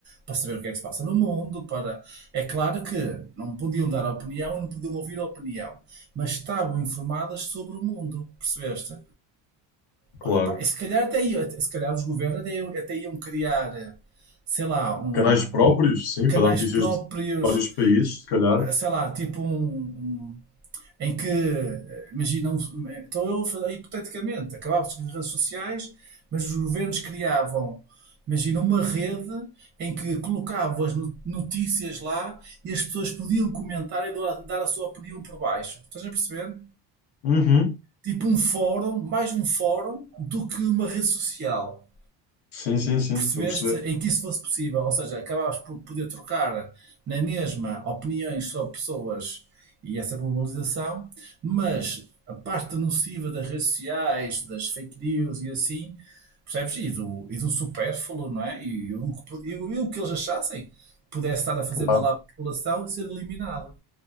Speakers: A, on the right; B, on the left.
A: para saber o que é que se passa no mundo, para... É claro que não podiam dar opinião, não podiam ouvir a opinião, mas estavam informadas sobre o mundo, percebeste?
B: claro.
A: Olha, Bem, se calhar até, ia- até- se calhar os governos até, iam- até iam criar, eh, sei lá, um, um-
B: Canais próprios, sim,
A: canais
B: para dar notícias
A: próprios
B: de vários países, se calhar.
A: eh, sei lá, tipo um, um- em que, eh, imagina, um- eh, então eu, fa- hipoteticamente, acabavam-se as redes sociais, mas os governos criavam, imagina, uma rede em que colocavam as no- notícias lá e as pessoas podiam comentar e doar- dar a sua opinião por baixo. Estás a perceber?
B: Uhum.
A: Tipo um fórum, mais um fórum do que uma rede social
B: Sim, sim, sim,
A: percebeste
B: estou a perceber.
A: em que isso fosse possível, ou seja, acabavas por poder trocar na mesma opiniões sobre pessoas e essa globalização, mas a parte nociva das redes sociais, das fake news e assim, percebes? E do, e do supérfluo, não é? E o, que pod- e o e o que eles achassem pudesse estar a fazer
B: Claro,
A: mal à população e ser eliminado.